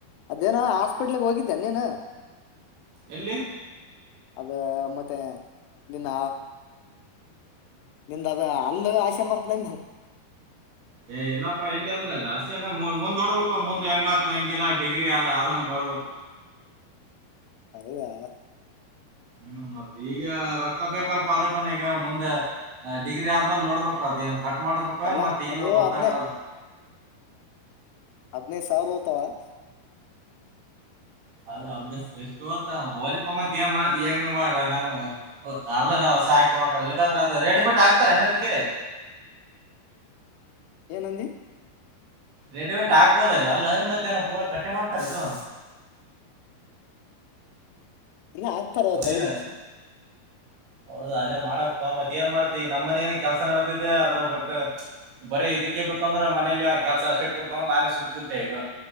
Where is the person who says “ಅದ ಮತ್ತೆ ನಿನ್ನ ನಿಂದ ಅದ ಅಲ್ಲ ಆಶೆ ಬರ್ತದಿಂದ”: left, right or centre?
Left